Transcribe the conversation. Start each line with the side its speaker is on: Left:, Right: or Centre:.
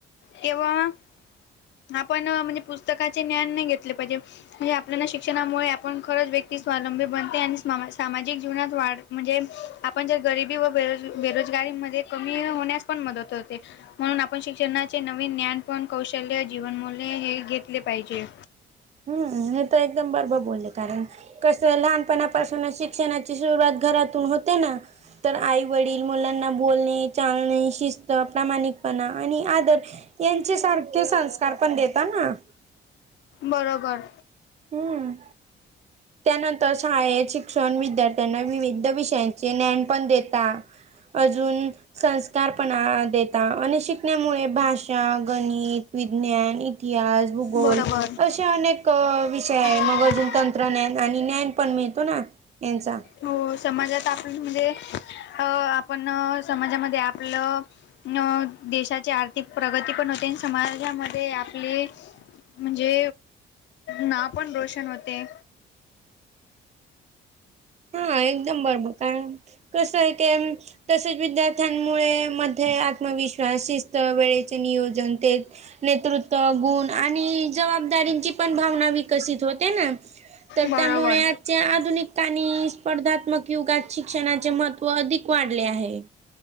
Left: केव्हा आपण म्हणजे. पुस्तकाचे ज्ञान नाही घेतले पाहिजे. म्ह आपल्याला शिक्षणामुळे, आपण खरंच व्यक्ती स्वलंबी बनते. आणि सामाजिक जीवनात वाढ म्हणजे आपण जर गरिबी व बेरोज बेरोजगारी मध्ये कमी होण्यास पण मदत होते. म्हणून आपण शिक्षणाचे नवीन ज्ञान पण कौशल्य जीवनमूल्य हे घेतले पाहिजे.
Right: हम्म हे तर एकदम बरोबर बोलले कारण कस लहानपणापासून शिक्षणाची सुरुवात. घरातून होते. ना तर आईवडील मुलांना बोलणे. चालणे, शिस्त, प्रामाणिकपणा आणि आदर यांच्या सारखे संस्कार पण देतात ना
Left: बरोबर
Right: हम्म त्यानंतर शाळेत शिक्षण, विद्यार्थ्यांना विविध विषयांचे ज्ञान पण देता अजून संस्कारपणा देता आणि शिकण्यामुळे भाषा, गणित, विज्ञान, इतिहास भूगोल
Left: बरोबर.
Right: अशे अनेक ते
Left: आहेत.
Right: मग अजून तंत्रज्ञान आणि ज्ञान पण मिळतो ना यांचा
Left: हो समाजात. आपण म्हणजे अ आपण समाजामध्ये, आपलं. अं देशाची आर्थिक प्रगती पण होते, समाजामध्ये आपली, म्हणजे नाव पण रोशन होते.
Right: हा एकदम बरं मग कारत कसं आहे क तसेच विद्यार्थ्यांमुळे मध्ये आत्मविश्वास, शिस्त, वेळेचे नियोजन, ते. नेतृत्व गुण आणि जबाबदारींची पण भावना विकसित होते ना. तर
Left: बरोबर.
Right: त्यामुळे आजच्या आधुनिक आणि. स्पर्धात्मक युगात शिक्षणाचे महत्व अधिक वाढले आहे.